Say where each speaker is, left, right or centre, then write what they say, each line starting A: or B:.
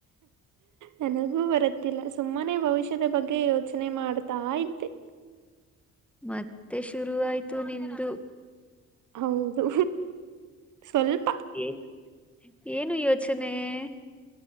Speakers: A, on the right (about 80°); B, in the centre.
A: ನನಗೂ ಬರುತ್ತಿಲ್ಲ ಸುಮ್ ನಮ್ಮನೆ ಭವಿಷ್ಯದ ಬಗ್ಗೆ ಯೋಚ ನೆ ಮಾಡ್ತಾ ಇದ್ದೆ
B: ಮತ್ತೆ ಶುರು ಆಯ್ತು ನಿಂದು
A: ಹೌದು ಸ್ವಲ್ಪ
B: ಏ ಏನು ಯೋಚನೆ-